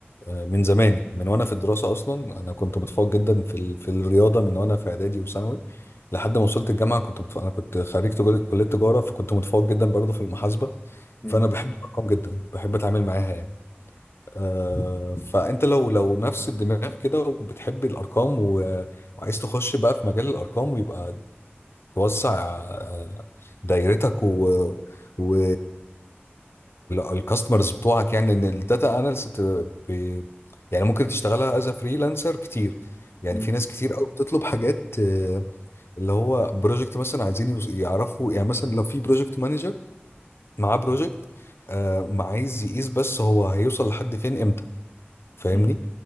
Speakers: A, on the left; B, on the left.
A: آه، من زماني من وانا في الدراسه اصلا انا كنت متفوق جدا في ال... في الرياضه من وانا في اعدادي وثانوي لحد ما وصلت الجامعه كنت متفوق. انا كنت خريج تجار- كليه تجاره فكنت متفوق جدا برضه في المحاسبه
B: مم.
A: فانا بحب الارقام جدا بحب اتعامل معاها يعني آه فانت لو لو نفس الدماغ كده وبتحب الارقام و... وعايز تخش بقى في مجال الارقام ويبقى توسع آه، دايرتك و و والكاستمرز بتوعك يعني ان الداتا اناليست ب... يعني ممكن تشتغلها از فريلانسر كتير يعني
B: مم.
A: في ناس كتير قوي بتطلب حاجات آه، اللي هو بروجكت مثلا عايزين يوز- يعرفوا يعني مثلا لو في بروجكت مانجر معاه بروجكت ما عايز يقيس بس هو هيوصل لحد فين فاهمني
B: مم.